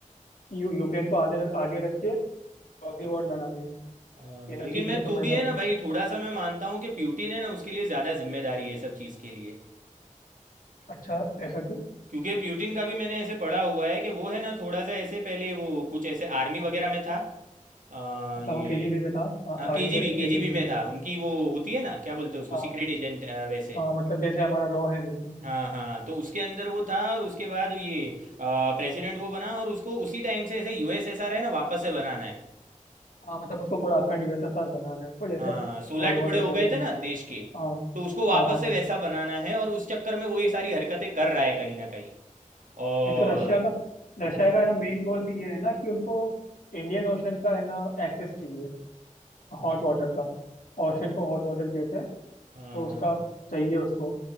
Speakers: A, on the left; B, on the right.
A: कि यू, यूक्रेन को आगे रख- आगे रख के प्रॉक्सी वॉर लड़ा रही है
B: हाँ
A: कि
B: भाई
A: ना
B: लेकिन
A: ठीक
B: मैं
A: है तो
B: तो
A: मैं
B: भी
A: ना
B: है ना भाई थोड़ा सा मैं मानता हूँ कि प्यूटिन है ना उसके लिए ज़्यादा जिम्मेदारी है सब चीज़ के लिए
A: अच्छा ऐसा क्यों
B: क्योंकि प्यूटिन का भी मैंने ऐसे पढ़ा हुआ है कि वो है ना थोड़ा सा ऐसे पहले वो कुछ ऐसे आर्मी वगैरह में था अ,
A: अच्छा
B: ये
A: वो केजीबी में था हाँ
B: हाँ
A: आर्मी
B: केजीबी
A: तो नहीं केजीबी
B: केजीबी में
A: में
B: था
A: था
B: उनकी वो होती है ना क्या बोलते हैं उसको
A: हाँ
B: सीक्रेट एजेंट वैसे
A: हाँ, मतलब जैसे हमारा रॉ है वैसे
B: हाँ हाँ तो उसके अंदर वो था और उसके बाद ये प्रेसिडेंट वो बना और उसको उसी टाइम से ऐसे यूएसएसआर है ना वापस से बनाना है
A: हाँ मतलब उसको पूरा अखंड यूएसएसआर बनाना है उसको जैसे
B: हाँ सोलह
A: वर्ल्ड
B: टुकड़े
A: वॉर से
B: हो
A: पहले
B: गए
A: का
B: थे ना देश के
A: हाँ
B: तो उसको वापस
A: हाँ हाँ
B: से वैसा बनाना है और उस चक्कर में वो ये सारी हरकतें कर रहा है कहीं ना कहीं और
A: एक तो रशिया का रशिया का है ना मेन गोल भी ये है ना कि उनको इंडियन ओशन का है ना एक्सेस चाहिए
B: हाँ
A: हॉट वाटर का ओशन को हॉट वाटर कहते हैं तो
B: हाँ हाँ
A: उसका चाहिए उसको